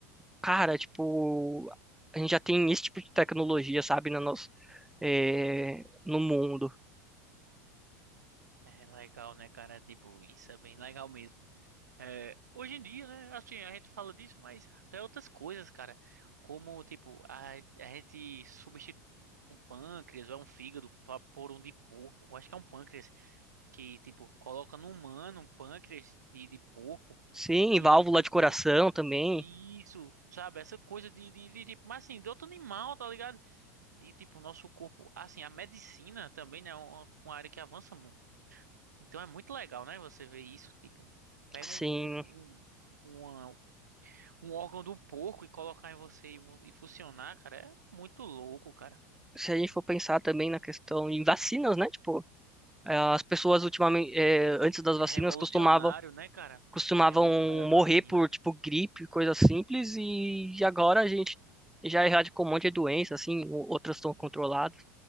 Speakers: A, in the centre; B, on the right (about 80°).
A: Cara, tipo, a gente já tem esse tipo de tecnologia, sabe, na nossa, eh, no mundo.
B: É legal, né, cara? É, Tipo, isso é bem legal mesmo. É, hoje em dia, né? Assim, a gente fala disso, mas até outras coisas, cara. Como, tipo, a, a gente substitui um pâncreas ou é um fígado pa- por um de porco. Acho que é um pâncreas que, tipo, coloca no humano um pâncreas de, de porco
A: Sim,
B: e,
A: válvula
B: tipo,
A: de coração também.
B: isso, sabe? Essa coisa de, de, de, tipo, mas assim, de outro animal, tá ligado? E, tipo, o nosso corpo, assim, a medicina também, né, é uma, uma área que avança muito. Então é muito legal, né? Você ver isso, tipo, pega
A: Sim,
B: um, um, um, uma- um órgão do porco e colocar em você e, vo- e funcionar, cara, é muito louco, cara.
A: se a gente for pensar também na questão em vacinas, né? Tipo, eh, as pessoas ultimamente, eh, antes das
B: É
A: vacinas,
B: revolucionário,
A: costumavam
B: né, cara?
A: costumavam
B: É revolucionário as vacinas.
A: morrer por, tipo, gripe, coisa simples, e agora a gente já erradicou um monte de doença, assim, o- outras estão controladas,